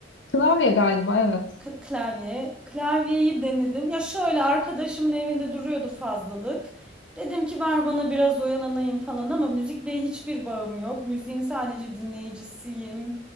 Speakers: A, on the left (about 80°); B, in the centre.
A: Klavye galiba evet.
B: K- Klavye. Klavyeyi denedim. Ya şöyle arkadaşımın evinde duruyordu fazlalık. Dedim ki ver bana biraz oyalanayım falan ama müzikle hiçbir bağım yok. Müziğin sadece dinleyicisiyim.